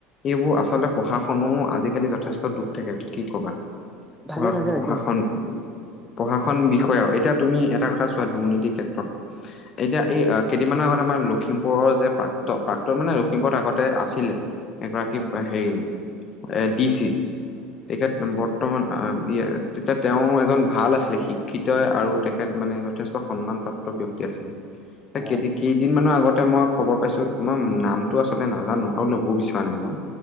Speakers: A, on the left; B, in the centre.
A: এইবোৰ আচলতে প্ৰশাসনওঁ আজিকালি যথেষ্ট দুখ থাকে। কি ক'বা
B: থাকে
A: পঢ়াস
B: থাকে
A: প্ৰশাসন
B: একদম
A: পশাসন বিষয়া <unintelligible> এতিয়া তুমি এটা কথা চোৱা দুৰ্নীতি ক্ষেত্ৰত এতিয়া এই আ, কেইদিনমানৰ আগত আমাৰ লখিমপুৰৰ যে প্ৰাক্ত প্ৰাক্তন মানে লখিমপুৰত আগতে আছিলে। এগৰাকী
B: অ অ
A: পা হেৰি এ, ডি চি। তেখেত বৰ্তমান আ, দিয়া তেতিয়া তেওঁ এ এজন ভাল আছিলে শিক্ষিত আৰু তেখেত মানে যথেষ্ট সন্মান প্ৰাপ্ত ব্যক্তি আছিলে। এ,
B: হয়
A: কেদি কেইদিন মান আগত তে মই খবৰ পাইছোঁ মই নামটো আচলতে নাজানোঁ আৰু ল'বও বিচৰা নাই বাৰু।